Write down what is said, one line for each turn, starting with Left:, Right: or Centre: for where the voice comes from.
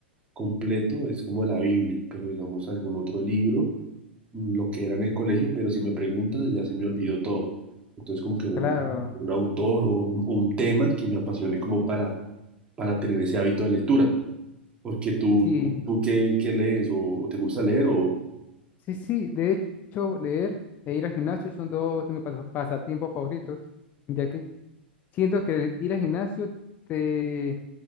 Right: completo es como la Biblia, pero digamos algún otro libro, mm, lo que era en el colegio, pero si me preguntas ya se me olvidó todo. Entonces como que no
Left: Claro,
Right: encuentro como un autor o un, un tema que me apasione como para, para tener ese hábito de lectura. Porque tú,
Left: sí,
Right: tú, tú qué, qué lees o, o te gusta leer o...
Left: sí, sí, de hecho, leer e ir al gimnasio son dos de mis pas- pasatiempos favoritos, ya que siento que el ir al gimnasio te